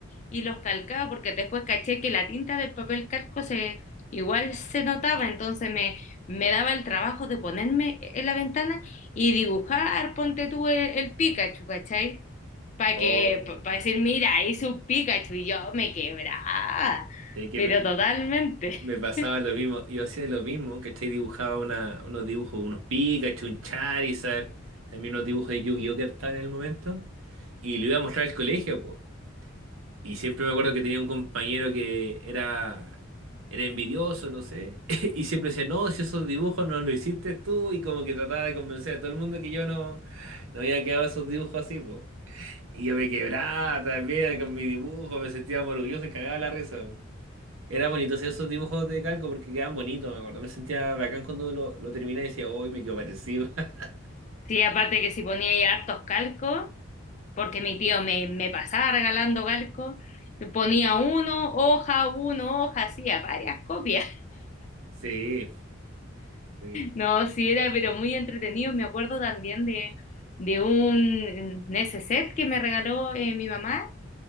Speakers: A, on the left (about 35°); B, on the right (about 80°).
A: y los calcaba, porque después caché que la tinta del papel calco se Igual se notaba, entonces me, me daba el trabajo de ponerme en la ventana y dibujar, ponte tú el, el Pikachu, ¿cachai? Para
B: Oh,
A: que, para decir, mira, hice un Pikachu y yo me quebraba,
B: es que
A: pero
B: me,
A: totalmente.
B: me
A: <laughs>
B: pasaba lo mismo, yo hacía lo mismo, ¿cachai? Dibujaba una, unos dibujos, unos Pikachu, un Charizard, también unos dibujos de Yu-Gi-Oh que estaban en el momento, y le iba a mostrar al colegio, po. Y siempre me acuerdo que tenía un compañero que era, era envidioso, no sé, <laughs> y siempre decía, no, si esos dibujos no los hiciste tú, y como que trataba de convencer a todo el mundo que yo no, no había quedado esos dibujos así, po. Y yo me quebraba también con mi dibujo, me sentía más orgulloso y cagaba la risa. po. Era bonito hacer esos dibujos de calco porque quedaban bonitos, me acuerdo. Me sentía bacán cuando lo, lo terminé y decía, hoy me quedo parecido. <laughs>
A: Sí, aparte que si ponía ahí hartos calcos, porque mi tío me, me pasaba regalando calcos, ponía uno, hoja, uno, hoja, hacía varias copias.
B: Sí, sí.
A: No, sí era, pero muy entretenido. Me acuerdo también de, de un neceser que me regaló eh, mi mamá,